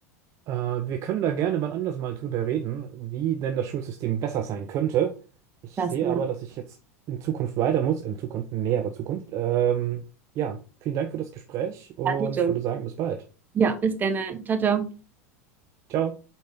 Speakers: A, on the right (about 35°); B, on the right (about 20°).
A: Äh, wir können da gerne wann anders mal drüber reden, wie denn das Schulsystem besser sein könnte. Ich
B: Das
A: sehe
B: genau.
A: aber, dass ich jetzt in Zukunft weiter muss, in Zukunft, in näherer Zukunft. Ähm, ja, vielen Dank für das Gespräch und
B: Adito.
A: ich würde sagen, bis bald.
B: Ja, bis dann. Ciao, ciao.
A: Ciao.